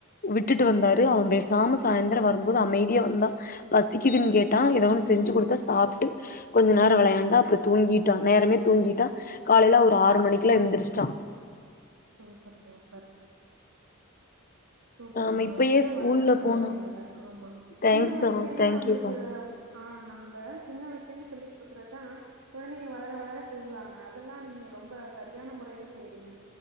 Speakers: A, on the left (about 40°); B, on the right (about 75°).
A: விட்டுட்டு வந்தாரு அவன் பேசாம சாயந்திரம் வரும்போது அமைதியா வந்தான் பசிக்குதுன்னு கேட்டான் ஏத செஞ்சு கொடுத்தா சாப்பிட்டு கொஞ்ச நேர விளையாண்டா அப்புற தூங்கிட்டான் நேரமே தூங்கி காலையில ஒரு ஆறு மணிக்குல எழுந்திரச்சிட்டான்
B: சூப்பர் சூப்பர் சூப்பர்மா
A: நாம இப்பயே
B: அப்படிதான்
A: ஸ்கூல்ல
B: வளர்க்கனும் குழந்தைங்களா
A: போனா
B: ஆமா
A: தேங்க்ஸ்க்கா
B: சின்ன வயசுல இருந்தே
A: தேங்க்யூக்கா
B: நம்மளுக்கு ஆஹ் நாம சின்ன வயசுலேந்து சொல்லி் கொடுக்கறதான் குழந்தைங்க வளர வளர செய்வாங்க அதெல்லா நீங்க ரொம்ப சரியான முறையில செறீங்க